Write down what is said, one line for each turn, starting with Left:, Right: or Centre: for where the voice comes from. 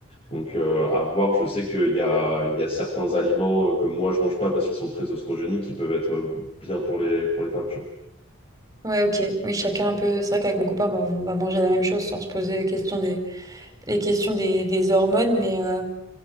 Left: Donc, euh, à voir, je sais qu'il y a, il y a certains aliments euh, que moi, je mange pas parce qu'ils sont très oestrogéniques, qui peuvent être euh, bien pour les, pour les femmes, tu vois.
Right: Ouais, ok, oui, chacun un peu. C'est vrai qu'avec mon copain, bah, on va manger la même chose sans se poser la question des les questions des, des hormones, mais, euh,